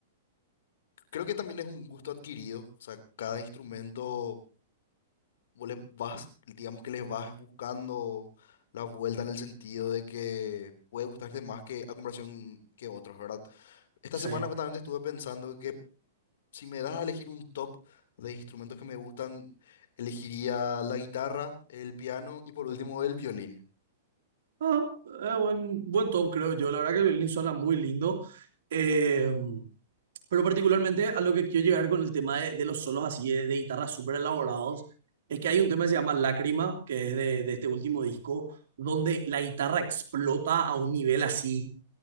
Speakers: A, on the left; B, on the right.
A: creo que también es un gusto adquirido, o sea, cada instrumento vos le vas, digamos que les vas buscando la vuelta en el sentido de que puede gustarte más que a comparación que otros, ¿verdad? Esta
B: Sí.
A: semana justamente estuve pensando que si me das a elegir un top de instrumentos que me gustan, elegiría la guitarra, el piano y por último el violín.
B: Ah, eh, buen, buen top, creo yo. La verdad que el violín suena muy lindo. Eh, Pero particularmente a lo que quiero llegar con el tema de, de los solos así de, de guitarras súper elaborados, es que hay un tema que se llama Lágrima, que es de, de este último disco, donde la guitarra explota a un nivel así.